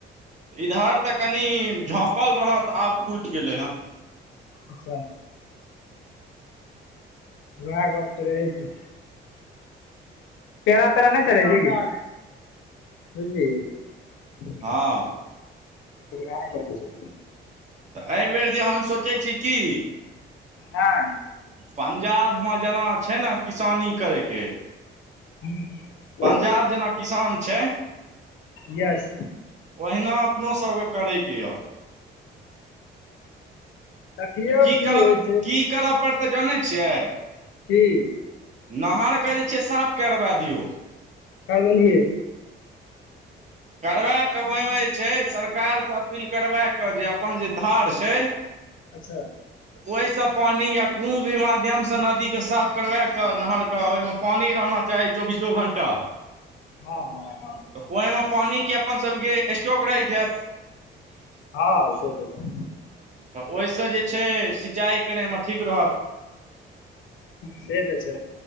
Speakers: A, on the right; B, on the left.
A: इधर तऽ कनि झपल रहत तऽ आब उइठ गेलै हँ।
B: अच्छा वएह गप तऽ रहै छै। पेरा तेरा नै चड़हेलही गे बुझलिही।
A: हँ।
B: इएह गप छै।
A: तऽ अयबेर जे हम सोचै छी की।
B: हँ।
A: पंजाब मे जेना छै ने किसानी करैय के।
B: हुँ हँ।
A: पंजाब जेना किसान छै।
B: यस
A: ओहिना अपनो सब के करैके या।
B: देखियौ
A: की करऽ
B: होइ छै
A: की करऽ पड़तै जानै छियै।
B: की
A: नहरके जे छै साफ केरबा दियौ।
B: करबेलियै।
A: करबा के ओय मे जे छै सरकार से अपील करबा कऽ जे अपन जे धार छै।
B: अच्छा
A: ओय सऽ पानी या कोनो भी माध्यम सऽ नदी के साफ करवा के नहर के ओय मे पानी रहना। चाही चौबीसो घंटा
B: हँ हँ हँ
A: तऽ ओय मे पानी अपन सबके स्टोक रैह जेएत।
B: हँ से तऽ छै
A: तऽ ओय सँ जे छै सिंचाइ करैय मे ठीक रहत।
B: से तऽ छै।